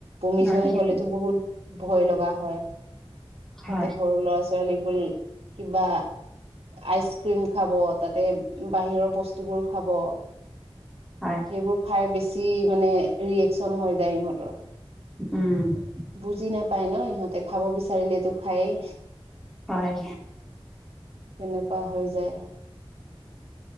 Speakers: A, on the right; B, in the centre.
A: বমি
B: নৰ্মেলি
A: চমি হ'লেতো বহুত ভয় লগা হয় তাতে
B: হয়
A: সৰু ল'ৰা ছোৱালী, ল কিবা, আইচক্ৰীম খাব তাতে বাহিৰৰ বস্তুবোৰ খাব সেইবোৰ
B: হয়।
A: খাই বেছি মানে ৰিয়েকচন হৈ যায় ইহঁতৰ
B: উম
A: বুজি নাপায় ন ইিহঁতে খাব বিচাৰিলেতো খায়েই
B: হয়
A: তেনেকুৱা হৈ যায়